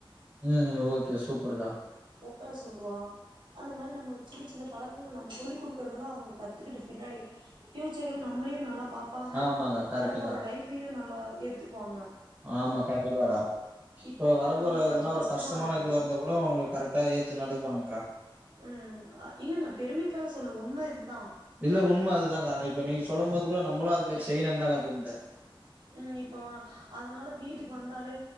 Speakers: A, on the right; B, on the right.
A: ம் ஓகே சூப்பருக்கா
B: ஒக்கார சொல்லுவா அந்த மாரி நம்ம சின்ன சின்ன பழக்குங்க நம்ம சொல்லி குடுக்கறதெல்லா அவுங்கே கத்துக்கிட்டு பின்னாடி ஃபியூச்சர்லேயு நம்ளியூ நல்லாப் பாப்பாங்கே
A: ஆமாங்க கரெக்ட்டுக்கா
B: வரப்போற லைஃப்புயு நல்லா ஏத்துக்வாங்க
A: ஆமா கண்டிப்பாக்கா இப்ப
B: இப்போ வந்து
A: வரப்போற
B: நமக்கு கொஞ்ச
A: எதுனா ஒரு
B: கஷ்டமா
A: கஷ்டமான
B: இருக்கோ
A: இதுவா இருந்தா கூட அவங்க கரெக்டா ஏத்து நடப்பாங்கக்கா
B: ம் ஆ இல்ல நா பெருமைக்காக சொல்லே உண்மே இதுதா
A: இல்லே உண்ம அதுதாகா ஆ இப்ப நீங்க சொல்லோம்மோது குடோ நம்பளோ அது மாரி செய்யுனுந்தாங்கா தோண்தே
B: ம் இப்போ அதுனால வீட்டுக் வந்தாலே